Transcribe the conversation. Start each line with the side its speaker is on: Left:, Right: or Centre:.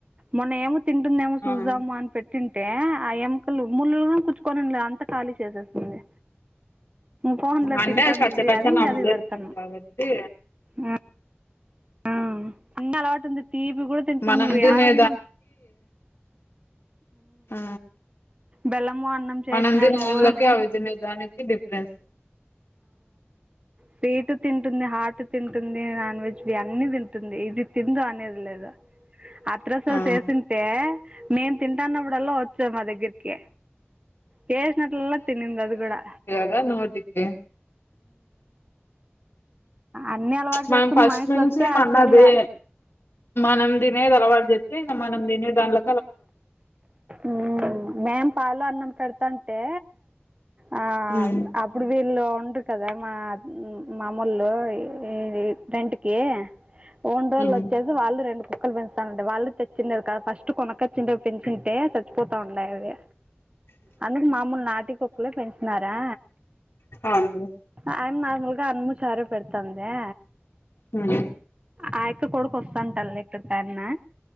Right: మొన్నేం తింటుందేమో చూద్దాము
Left: ఆ
Right: అని పెట్ తింటే ఆ ఎముకలు ముళ్ళలు గుచ్చుకొనుండే అంత ఖాళీ చేసేసింది. పోన్లే
Left: అంటే
Right: తింటాందిది
Left: కచ్చ కచ్చ
Right: అని
Left: నమిలేస్తది
Right: అది పేడతన్నా
Left: కాబట్టి
Right: ఊ ఆమ్ అన్ని అలవాటు ఉంది తీపి కూడా తింటుది
Left: మనం
Right: నువ్వే
Left: తినే
Right: ఆ దన్నం
Left: ఆ
Right: బెల్లము అన్నం
Left: మనంది
Right: చేసినా
Left: ములోకే
Right: నువ్వు
Left: అవిదినే దానికి డిఫరెన్స్
Right: స్వీటు తింటుంది హాటు తిం టుంది నాన్ వెజ్ అన్నీ తింటుంది ఇది తిందు అనేది లేదా అత్రసలు
Left: ఆ
Right: చేసుంటే మేమ్ తింటాన్నప్పుడల్లా వచ్చేది మా దగ్గరికి చేసిన్నపుడు కూడా తినింది అది కూడా
Left: ఏ నోటికి
Right: అన్నీ అలవాటు
Left: మనం
Right: చేసుకుని
Left: ఫస్ట్
Right: మనుషులు
Left: నుంచి
Right: వస్తే
Left: పాన్నదే
Right: అసలే
Left: అనం దినేద్ అలవాట్ జేత్తే ఇక మనం దినే దాన్ల
Right: ఊ మేం పాలఅన్నం పెడతంటే ఆ
Left: ఉమ్
Right: అప్పుడు వీళ్ళు ఉంటీ కదా మా మామూలు ఈ రెంట్ కి ఓంటోళ్ళు
Left: ఉమ్
Right: వచ్చేసి వాళ్ళు రెండు కుక్కలు పెంచ్తా ళ్ళు వళ్ళు తెచ్చి కదా ఫస్ట్ కొన కోచింటే పెంచుంటే చచ్చిపోతా ఉన్నాయి అవి అందుకు మామూలు నాటికి కు క్కలు పెంచినరా
Left: అవును
Right: ఆయమ్మ మాములుగా ముస్ సరే పెడుతందా
Left: ఉమ్
Right: ఆ యక్క కొడుకు వస్తాంటల్ లే చెప్పాలిమ